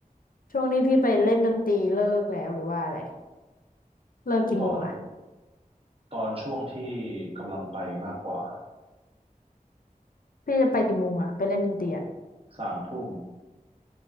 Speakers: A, on the left; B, on the right.
A: ช่วงนี้พี่ไปเล่นดนตรีเลิกแล้วหรือว่าอะไรเลิกกี่โมงอ่ะ
B: ตอนตอนช่วงที่กำลังไปมากกว่า
A: พี่จะไปกี่โมงอ่ะไปเล่นดนตรีอ่ะ
B: สามทุ่ม